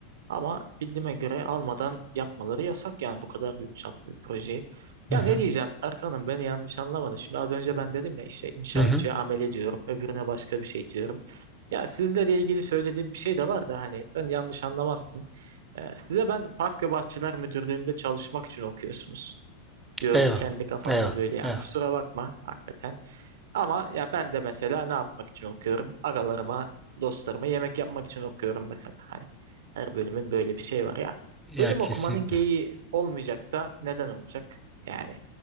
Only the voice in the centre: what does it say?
Hı
hı.
Hı hı.
Eyvah.
Eyvah.
Eyvah.
Ya
kesinlikle.